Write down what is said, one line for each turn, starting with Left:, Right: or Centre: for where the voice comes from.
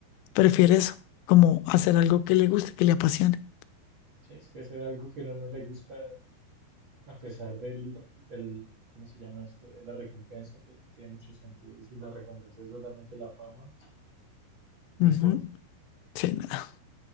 Left: Prefiere eso, como hacer algo que le guste, que le apasione.
Right: Sí, es que hacer algo que a uno no le gusta, a pesar del, del, ¿cómo se llama esto? De la recompensa, pues no tiene mucho sentido. Y si la recompensa es solamente la fama,
Left: Ujú,
Right: no importa.
Left: Sí, nada.